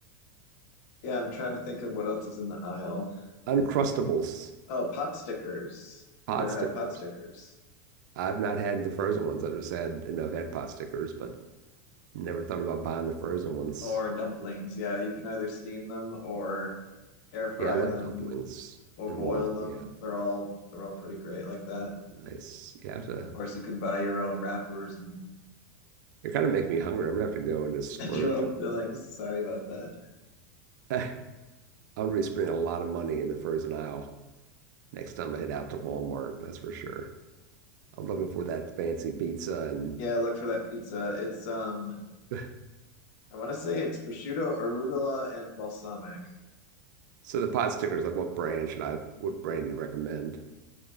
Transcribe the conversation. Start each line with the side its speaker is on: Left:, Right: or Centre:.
Left: yeah, I'm trying to think of what else is in the aisle.
Right: Uncrustables,
Left: Oh, pot stickers.
Right: pot
Left: Have you ever
Right: stickers.
Left: had pot stickers?
Right: I've not had the frozen ones. I've just had, you I've had pot stickers, but never thought about buying the frozen ones.
Left: Or dumplings. Yeah, you can either steam them or air fry
Right: Yeah, I love
Left: them
Right: dumplings
Left: or
Right: and
Left: boil
Right: want,
Left: them.
Right: yeah,
Left: They're all they're all pretty great like that.
Right: nice. You have to,
Left: Of course, you can buy your own wrappers and,
Right: you're kind of making me hungry. I'm gonna have to go and
Left: <laughs>
Right: just splurge.
Left: and your own fillings. Sorry about that.
Right: <laughs> I'm gonna be spending a lot of money in the frozen aisle next time I head out to Walmart, that's for sure. I'm looking for that fancy pizza
Left: <laughs>
Right: and
Left: Yeah, look for that pizza. It's um
Right: <laughs>
Left: I want to say it's prosciutto, arugula, and balsamic.
Right: so the pot stickers, like what brand should I, what brand do you recommend?